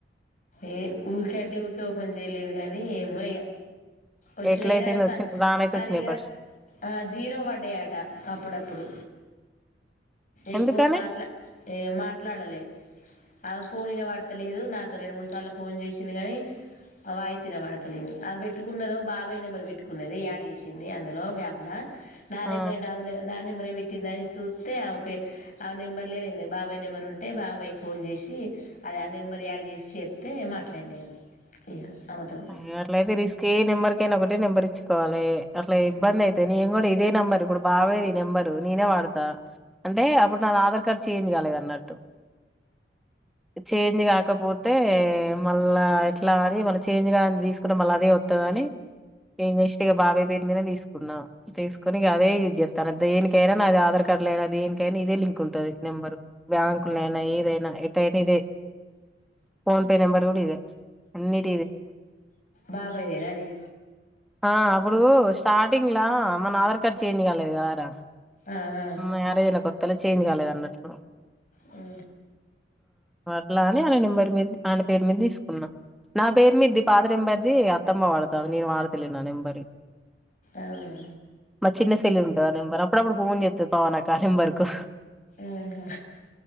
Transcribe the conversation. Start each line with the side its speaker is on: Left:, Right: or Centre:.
Left: ఏ ఊ పని చేయలేదు కానీ ఏమో వచ్చినా
Centre: ఎట్లయితేంది
Left: కానీ ఆమె స
Centre: వచ్చి రానైతే
Left: సరిగా
Centre: వచ్చినాయి పర్స్
Left: ఆ జీరో పడ్డ ఆట అప్పుడప్పుడు ఎక్కువ
Centre: ఎందుకని
Left: మాట్లా మాట్లాడలే అ ఫోన్నా వాడతలేదు నాతో రెండు మూడు సార్లు ఫోన్ చేసింది కానీ వాయిసినమాడ తెలిదు ఆ పెట్టుకున్నదో బాబాయ్ నెంబర్ పెట్టుకున్నది యాడ్ చేసింది అందులో వేపల నా
Centre: ఆ
Left: నెంబర్ నా నా నెంబర్ పెట్టు ట్ందని చూస్తే ఆమె ఆ నెంబర్ లేద బాబయ్ నెంబర్ ఉంటే బాబాయి అబ్బాయికి ఫోన్ చేసి అది ఆ నెంబర్ యాడ్ చేసి చెప్తే మాట్లాడినాము ఇక ఆమెతోని
Centre: అ వాట్లాయితే రిస్క్ ఏ నెంబర్ ఎకైనా ఒకే నెంబర్ ఇచ్చుకోవాలి అట్లా ఇబ్బంది అయితే నేను కూడా ఇే నంబర్ ఇప్పుడు బాది ఈ నెంబరు నేనే వాడతా అంటే అప్పుడు నా ఆధార్ కార్డు చేంజ్ కాలేదు అన్నట్టు చేజ్ కాకపోతే మళ్ళా ఎట్లా అని మళ్ళ చేంజ్ గా తీసుకున్నా మళ్ అదే అతుద అని నక్స్ట్గా బాబాయ్ పేరు మీద తీసుకున్నా తీసుకు కని అదే యూజ్ చేస్తా దేనికైనా నాది ఆధార్ కార్డ్ లో అయి దేనికైనా ఇద ంక్ ఉంటుది నెంబర్ బ్యాంక్ దనా ఇదే ఫోన్ పే నబర్ కూడా ఇే అ
Left: బాబయలురాది
Centre: ఆ అప్పుడు స్టార్టింగ్ లా మనదర్ చేంజ్ కాలేదు కద రా
Left: ఆహా
Centre: మ్యారేజ్యినా కొత్తలో చేంజ్ కాలేదు అన్నట్లు
Left: ఆ
Centre: అలా అని ఆన నెంబర్ మీద ఆయన పేరు మీద తీసుకున్నా నా పేరు మీద్ది పాతెంబర్ది అత్తమ్మ వాళ్డత నేను వాళ్డ తెలి నా ఎంబరి
Left: అవునా
Centre: మ చిన్న సైలి ఉంటద నెంబర్ అప్పుడు అప్పుడు ఫోన్ చెత్ పవనాక నెంబర్కు
Left: ఆహా